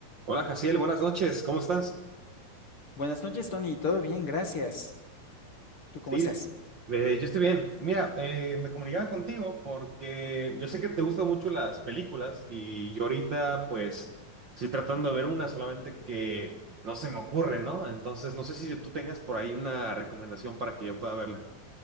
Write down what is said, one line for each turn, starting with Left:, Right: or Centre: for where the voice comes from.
Right: Hola, Jaciel, buenas noches, ¿cómo estás?
Left: Buenas noches, Tony. Todo bien, gracias. ¿Tú cómo
Right: Sí,
Left: estás?
Right: eh, yo estoy bien. Mira, eh, me comunicaba contigo porque yo sé que te gustan mucho las películas y yo ahorita pues estoy tratando de ver una, solamente que no se me ocurre, ¿no? Entonces no sé si tú tengas por ahí una recomendación para que yo pueda verla.